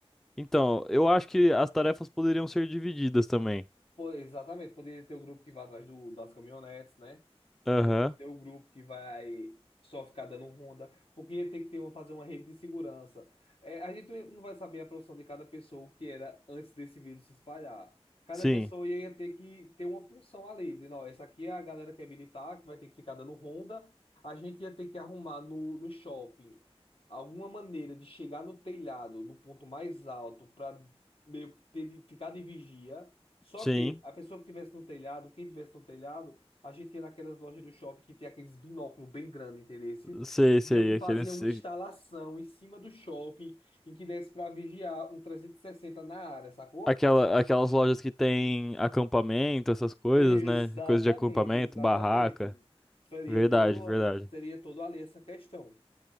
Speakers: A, in the centre; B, on the left.
A: Então, eu acho que as tarefas poderiam ser divididas também.
B: Pô, exatamente, poderia ter o grupo que vai atrás do, das caminhonetes, né?
A: Aham,
B: Poderia ter o grupo que vai só ficar dando ronda, porque ia ter que ter uma, fazer uma rede de segurança. É, a gente não vai saber a profissão de cada pessoa, o que era antes desse vírus se espalhar. Cada
A: Sim,
B: pessoa ia ter que ter uma função ali, dizendo, ó, essa aqui é a galera que é militar, que vai ter que ficar dando ronda. A gente ia ter que arrumar no, no shopping alguma maneira de chegar no telhado, no ponto mais alto, para meio que ter, de- ficar de vigia só
A: sim,
B: que a pessoa que tivesse no telhado, quem tivesse no telhado, a gente ia naquelas lojas do shopping que tem aqueles binóculos bem grandes, entendeu?
A: sei,
B: Meio
A: sei,
B: que fazia
A: aqueles.
B: uma instalação em cima do shopping em que desse para vigiar um 360 na área, sacou?
A: Aquela, aquelas lojas que tem acampamento, essas coisas,
B: Exatamente,
A: né? Coisa de acampamento,
B: exatamente.
A: barraca.
B: Seria
A: Verdade,
B: todo,
A: verdade.
B: seria todo ali essa questão.